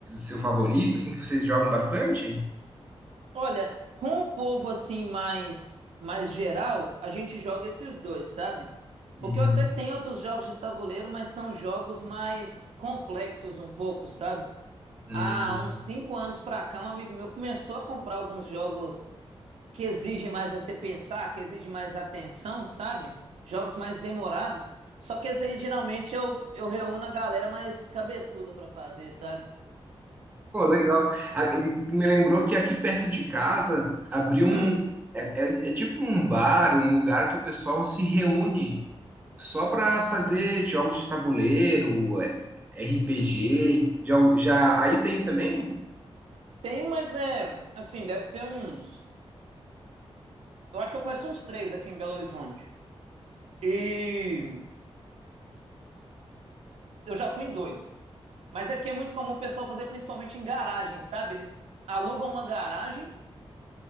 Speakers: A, on the right; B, on the right.
A: seu favorito, assim, que vocês jogam bastante?
B: Olha, com o povo assim mais, mais geral, a gente joga esses dois, sabe?
A: Uhum.
B: Porque eu até tenho outros jogos de tabuleiro, mas são jogos mais complexos um pouco, sabe?
A: Hum.
B: Há uns cinco anos pra cá, um amigo meu começou a comprar alguns jogos que exigem mais você pensar, que exigem mais atenção, sabe? Jogos mais demorados. Só que esse aí geralmente eu, eu reúno a galera mais cabeçuda pra fazer, sabe?
A: Pô, legal. A- Me lembrou que aqui perto de casa abriu um.
B: Hum,
A: É, é- é tipo um bar, um lugar que o pessoal se reúne Só para fazer jogos de tabuleiro, RPG, já, já aí tem também.
B: tem, mas é. Assim, deve ter uns. Eu acho que eu conheço uns três aqui em Belo Horizonte. E eu já fui em dois. Mas aqui é muito comum o pessoal fazer principalmente em garagem, sabe? Eles alugam uma garagem,